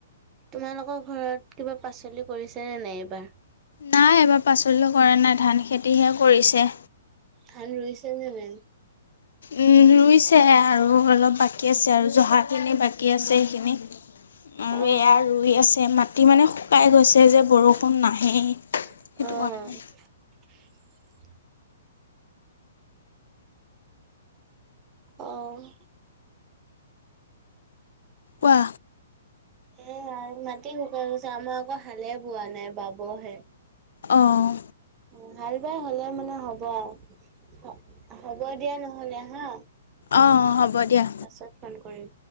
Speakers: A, on the right (about 15°); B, on the left (about 80°).
A: তোমালোকৰ ঘৰত কিবা পাচলি কৰিছে নে নাই এইবাৰ।
B: নাই এবাৰ পাচলি কৰা নাই ধান খেতিহে কৰিছে।
A: ধান ৰুইছে নে নাই।
B: উম, ৰুইছে আৰু অলপ বাকী আছে আৰু জহাখিনি বাকী আছে সেইখিনি। আৰু
A: অ
B: এয়া ৰুই আছে মাটি মানে শুকাই গৈছে যে বৰষুণ নাহেই। সেইটো
A: অ',
B: কাৰণে
A: অ'।
B: কোৱা।
A: সেয়ে আৰু মাটি শুকাই গৈছে, আমাৰ আকৌ হালে বোৱা নাই বাবহে।
B: অহ।
A: অহ, ভাল বেয়া হ'লেও মানে হ'ব। হ, হ'ব দিয়া নহ'লে হা।
B: অঁ হ'ব দিয়া
A: পাছত ফোন কৰিম।